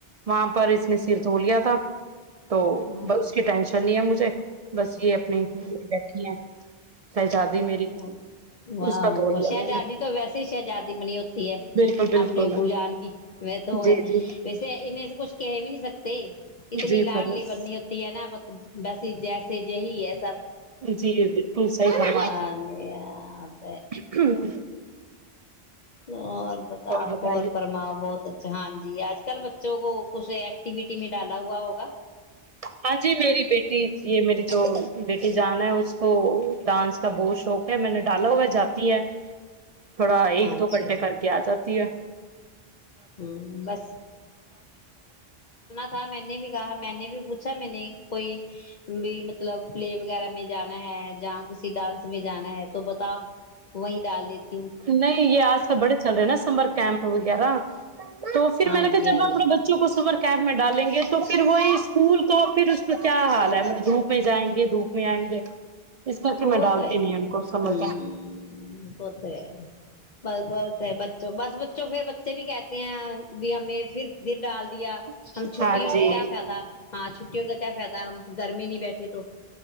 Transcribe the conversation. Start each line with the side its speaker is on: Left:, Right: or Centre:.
Right: وہاں پر اس نے سر دھو لیا تھا تو
Left: اچھا
Right: ب اس کی ٹینشن نہیں ہے مجھے بس یہ اپنی بیٹھی ہیں شہزادی
Left: ہ
Right: میری
Left: و
Right: اس کا دھو لیا
Left: وشا
Right: میں
Left: جادی
Right: نے
Left: <unintelligible> تو ویس ہی شہ جدہ بنی ہوتی ہے
Right: بالکل بالکل
Left: اپنے ابو جان کی و تو وہ
Right: جی
Left: ہے
Right: جی
Left: ویسے انیں سے کچھ کہ بھی نہیں سکتے <unintelligible> اتنی
Right: جی
Left: لاڈلی
Right: فرض
Left: بننی ہوتی ہے نا بس جیسے یہ ہی ہے سب <unintelligible>
Right: جی بالکل صحیح ب
Left: آے <unintelligible>
Right: ہاں <unintelligible>
Left: ہ <unintelligible> اور بتا
Right: بتائیے
Left: ہو پرماؤ بہت ہاں جی اج کل بچ بچوں کو کھ ایکٹیویٹی میں ڈالا ہوا و <unintelligible>
Right: ہاں جی میری بیٹی یہ میری جو بیٹی جان ہے اس کو ڈانس کا بہت شوق ہے میں نے ڈالا ہوا جاتی ہے تھوڑا
Left: ہیں
Right: ایک
Left: اچھا
Right: دو گھنٹے
Left: جی
Right: کر کے آ جاتی ہے
Left: ہ بس س میں نے بھی کہا میں نے بھی بھی پوچھا میں نے کوئی بھی مطلب پلے وغیرہ میں جانا ہے جہ کسی ڈانس میں جانا ہے تو بتا وہیں ڈال دیتی ہوں
Right: نہیں یہ آج کل بڑے چل رہے ہیں نا سمر کیمپ یارہ <unintelligible> تو پھر
Left: ہاں
Right: میں نے کہا
Left: جی
Right: جب
Left: ہاں
Right: اپنے
Left: جی
Right: بچوں کو صبر <unintelligible> کیمپ میں ڈالیں گے تو پھر وہی اسکول کو پھر اس پ کیا حال ہے مطلب دھوپ میں جائیں گے دھوپ میں آئیں گے اس کر کے
Left: ہو
Right: میں
Left: وہ
Right: ڈالتی
Left: تو ہے
Right: نہیں ان کو سمر
Left: ہ ہوت ہے بس بس ہے بچوں بس بچوں پھر بچے بھی کہتے ہیں بھی ہمیں پھر پھر ڈال دیا
Right: کیمپ
Left: ہم چھٹیوں
Right: ہاں
Left: کا
Right: جی
Left: کیا فائدہ ہاں چھٹیوں کا کیا فائدہ ہم گرمی نہیں بیٹھے تو